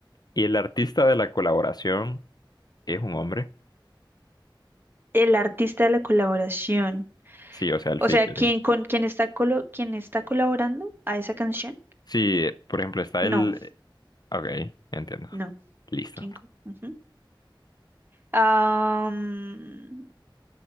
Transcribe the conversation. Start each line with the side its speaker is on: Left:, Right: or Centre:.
Left: ¿y el artista de la colaboración es un hombre?
Right: El artista de la colaboración.
Left: Sí, o sea, el
Right: O
Left: featuring.
Right: sea, ¿quién con quién está colo- quién está colaborando a esa canción?
Left: Sí, eh, por ejemplo, está
Right: No,
Left: el... Ok, entiendo.
Right: no.
Left: Listo.
Right: ¿Quién co- ujú. Ah, mm,